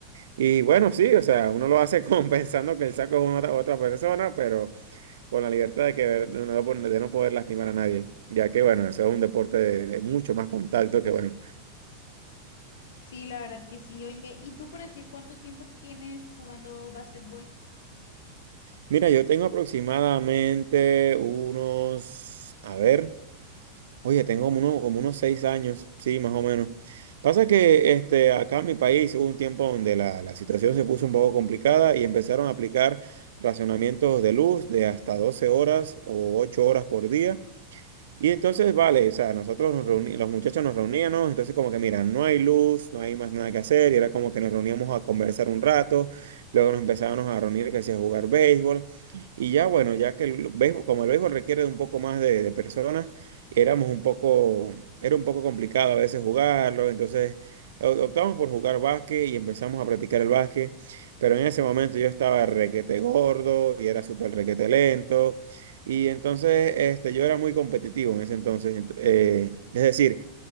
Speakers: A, on the right (about 60°); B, on the left (about 60°).
A: Y bueno, sí, o sea, uno lo hace con, <laughs> pensando que el saco es una, otra persona, pero con la libertad de, que, ver- de no, de no poder lastimar a nadie, ya que bueno, eso es un deporte de, de mucho más contacto que bueno.
B: Sí, la verdad que sí. Oye, ¿y tú por decir cuánto tiempo tienes jugando básquetbol?
A: Mira, yo tengo aproximadamente unos, a ver, oye, tengo como, uno- como unos seis años, sí, más o menos. Pasa que este, acá en mi país hubo un tiempo donde la, la situación se puso un poco complicada y empezaron a aplicar racionamientos de luz de hasta 12 horas o 8 horas por día. Y entonces, vale, o sea, nosotros nos reuní- los muchachos nos reuníamos, entonces como que, mira, no hay luz, no hay más nada que hacer, y era como que nos reuníamos a conversar un rato, luego nos empezábamos a reunir, que hacía jugar béisbol, y ya bueno, ya que el béisbol, como el béisbol requiere de un poco más de, de personas, éramos un poco, era un poco complicado a veces jugarlo, entonces o- optamos por jugar básquet y empezamos a practicar el básquet, pero en ese momento yo estaba requete gordo y era súper requete lento. Y entonces este, yo era muy competitivo en ese entonces. ent- eh, es decir,